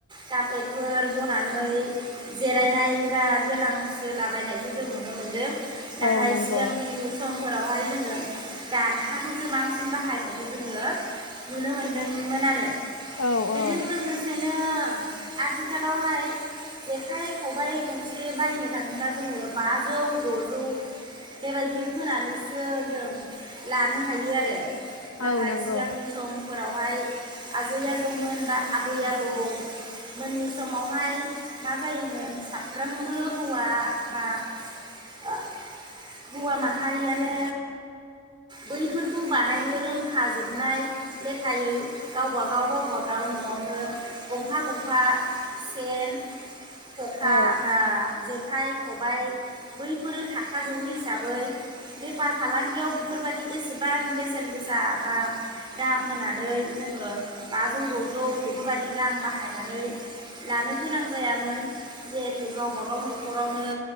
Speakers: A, on the right (about 25°); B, on the left (about 85°).
A: कारफेटफोर बनानै जिरायनाय बा गोलांस्रोलाबायनायखौ जों नुनो मोनदों।
B: औ
A: नाथाय
B: नंगौ
A: सिगांनि समफोरावहाय जोंङो दारहाखौसो बांसिन बाहायनायखौ जोंङो नुनो मोनदोंमोन आरो।
B: औ
A: बेजों
B: औ
A: लोगोसेनो आथिखालावहाय जेखाइ खबाइ गंसे बायनो थांङोबा जोंङो बाजौ द'जौ बेबायदि होनानैसो जों लानो हायो आरो।
B: औ
A: नाथाय
B: नंगौ
A: सिगांनि समफोराव हाय आजै आजौमोन बा आबै आबौ मोननि समावहाय मा जायोमोन साफ्रोमबो हौवा बा ओ हौवा माहारियानो बैफोरखौ बानायनो रोंखाजोबनाय लेखायै गावबागाव-गावबाागाव न'आवनो गंफा गंफा सेन ख'खा
B: औ
A: बा जेख खाइ, खबबाय बै फोरो थाखाजोबो हिसाबै बेफार फालांगियाव बेफोरबायदि एसेबां बेसेन गोसा बा दाम होनानै जोंङो बाजौ, द'जौ बेफोरबायदि रां बाहायनानै लानो गोनां जायामोन जिहेथु गावबा गाव न'खरावनो